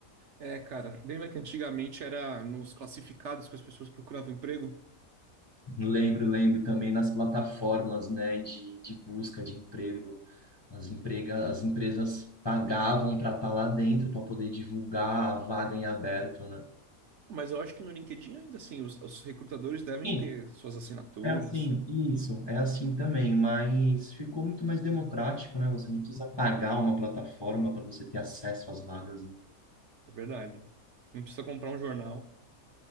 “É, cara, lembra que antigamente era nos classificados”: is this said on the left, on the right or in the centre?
Right